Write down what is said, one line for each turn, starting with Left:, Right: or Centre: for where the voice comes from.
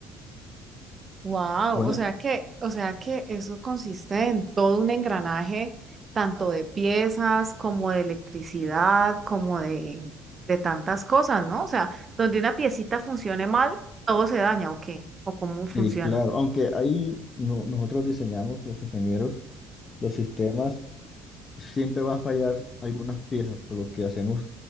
Right: wow,
Left: Bueno,
Right: o sea que, o sea que eso consiste en todo un engranaje, tanto de piezas como de electricidad, como de, de tantas cosas, ¿no? O sea, donde una piecita funcione mal, todo se daña, ¿o qué? ¿O cómo funciona?
Left: sí, claro, aunque ahí no- nosotros diseñamos, los ingenieros, los sistemas, siempre van a fallar algunas piezas, por lo que hacemos,